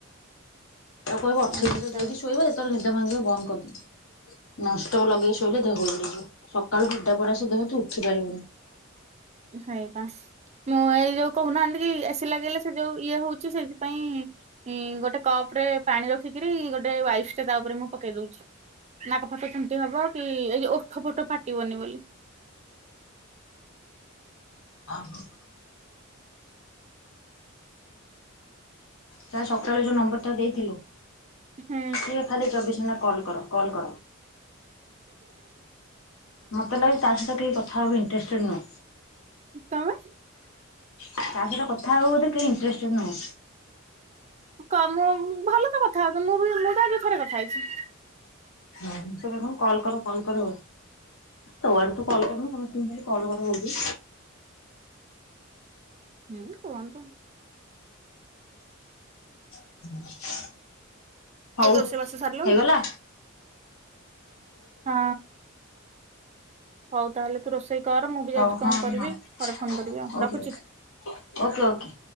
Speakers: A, on the left; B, on the right.
A: ତାକୁ କହିବ ଅଠେଇଶରେ
B: ଏମିତି
A: ଦେଇକି
B: ଚାଲିଛି
A: ଶୋଇବା ଯେତେବେଳେ ନିଦ ଭାଙ୍ଗିବା ବନ୍ଦ କରିଦବ। ନନ ଷ୍ଟପ୍ ଲଗେଇ ଶୋଇଲେ ଦେହ ଜଳିପୋଡି ହେଇଯିବ, ସକାଳୁ <unintelligible> ସେ ଦେହ ତୁ ଉଠି ପାରିବୁନି।
B: ସେଇ ପା। ମୁଁ ଏଇ ଯୋଉ କହୁନାହାନ୍ତି କି ଏସି ଲାଗିଗଲେ ସେ ଯୋଉ ଇଏ ହଉଛି ସେଇଥିପାଇଁ ଇ-ଗୋଟେ କପ୍ ରେ ପାଣି ରଖିକିରି ଗୋଟେ ୱାଇଫ୍ ଟେ ତା ଉପରେ ମୁଁ ପକେଇ ଦଉଛି। ନା କ ହତଛନ୍ତି ହବ କି ଏଇ ଯେ ଓଠ ଫଟ ଫାଟିବନି ବୋଲି।
A: ଆ <inaudible> ତା ସକାଳୁ ଯୋଉ ନମ୍ବର ଟା ଦେଇଥିଲୁ।
B: ହୁଁ।
A: ସେ ଖାଲି ଚବିଶ ଘଣ୍ଟା କଲ୍ କର କଲ୍ କର। ମୋତେ ଲାଗୁଚି ତା ସହି କେହି କଥାହବା ପାଇଁ ଇଣ୍ଟରେଷ୍ଟେଡ୍ ନୁହଁ।
B: ତୋମେ?
A: ତା ସହିତ କଥା ହବାକୁ ବୋଧେ କେହି ଇଣ୍ଟରେଷ୍ଟଡ୍ ନୁହଁ।
B: କଅ ମୁଁ ଭଲ ତ କଥା ହଉଚ ମୁଁ ବି ମୁଁ ତ ଆଜି ଥରେ କଥା ହେଇଛି।
A: ହଁ ସେ ଖାଲି କନ କଲ୍ କର କଲ୍ କର ହଉଛି। ତ ଆଡୁ ତୁ କଲ୍ କରନୁ ସମସ୍ତଙ୍କୁ ଖାଲି କଲ୍ କର ହଉଛୁ।
B: ହୁଁ, କୁହନ୍ତୁ।
A: <unintelligible> ହଉ
B: ତୋର ରୋଷେଇ ବାସ ସାରିଲଣି?
A: ହେଇଗଲା?
B: ହଁ ହଉ ତାହେଲେ ତୁ ରୋଷେଇ କର, ମୁଁ ବି ଯାଉଛି
A: ହଉ
B: କଣ
A: ହଁ
B: କରିବି
A: ହଁ
B: ପରେ ଫୋନ୍ କରିବି ଆଉ
A: ଓକେ
B: ରଖୁଛି।
A: Okay okay ଓକେ।